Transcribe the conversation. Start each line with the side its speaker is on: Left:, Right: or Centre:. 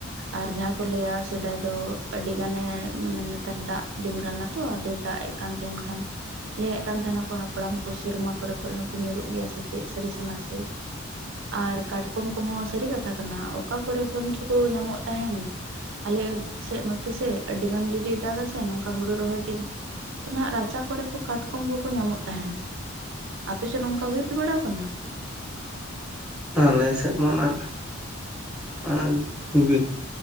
Right: ᱟᱨ ᱡᱟᱸᱦᱟᱸ ᱠᱚ ᱞᱟᱹᱭᱟ ᱥᱮᱫᱟᱭ ᱫᱚ ᱟᱹᱰᱤ ᱜᱟᱱᱮ ᱢᱟᱱᱮ ᱱᱮᱛᱟᱨ ᱫᱟᱜ ᱫᱤᱱ ᱠᱟᱱᱟ ᱛᱚ ᱟᱫᱚᱭ ᱫᱟᱜ ᱮ᱾ ᱠᱟᱱ ᱛᱟᱦᱮᱱ ᱠᱷᱟᱱ ᱞᱟᱹᱭᱮᱫ ᱠᱟᱱ ᱛᱟᱦᱮᱱᱟ ᱠᱚ ᱦᱟᱯᱲᱟᱢ ᱠᱚ ᱥᱮᱨᱢᱟ ᱠᱚᱨᱮ ᱠᱷᱚᱱ ᱦᱚᱸᱠᱚ ᱧᱩᱨᱩᱜ ᱜᱮᱭᱟ ᱥᱮ᱾ ᱪᱮᱫ ᱥᱟᱹᱨᱤ ᱱᱟᱥᱮ ᱟᱨ ᱠᱟᱴᱠᱚᱢ ᱠᱚᱦᱚᱸ ᱥᱟᱹᱨᱤ ᱠᱟᱛᱷᱟ ᱠᱟᱱᱟ ᱚᱠᱟ ᱠᱚᱨᱮ ᱠᱷᱚᱱ ᱪᱚᱠᱚ ᱧᱟᱢᱚᱜ ᱛᱟᱦᱮᱱ᱾ ᱟᱞᱮ ᱥᱮᱫ ᱱᱚᱛᱮ ᱥᱮ ᱟᱹᱰᱤ ᱜᱟᱱ ᱡᱩᱫᱤ ᱫᱟᱜ ᱟᱥᱮ ᱱᱚᱝᱠᱟ ᱦᱩᱲᱩ ᱨᱚᱦᱚᱭ ᱫᱤᱱ᱾ ᱛᱚ ᱱᱟᱜ ᱨᱟᱪᱟ ᱠᱚᱨᱮ ᱠᱚ ᱠᱟᱴᱠᱚᱢ ᱠᱚᱠᱚ ᱧᱟᱢᱚᱜ ᱛᱟᱦᱮᱸᱱ, ᱟᱯᱮᱥᱮᱫ ᱱᱚᱝᱠᱟ ᱦᱳᱭᱳᱜ ᱦᱩᱭ ᱵᱟᱲᱟ ᱟᱠᱟᱱᱟ᱾
Centre: ᱟᱞᱮ ᱥᱮᱫ ᱢᱟ ᱚᱱᱟ ᱟᱨ ᱵᱤᱨ,